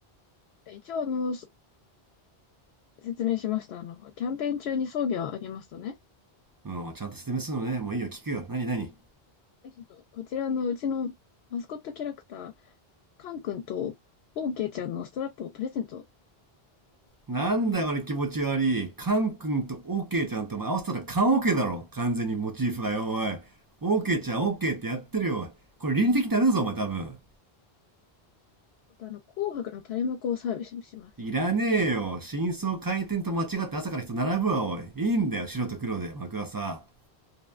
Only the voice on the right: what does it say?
うん、ちゃんと説明するのね。もういいよ、聞くよ。何何
なんだこれ気持ち悪い。カン君とオーケーちゃんとお前合わせたらカンオーケーだろ。完全にモチーフがよ、おい。オーケーちゃんオーケーってやってるよ、おい。これ倫理的ダメだぞ、お前多分。
いらねえよ。真相回転と間違って朝から人並ぶわ、おい。いいんだよ、白と黒で、幕はさ。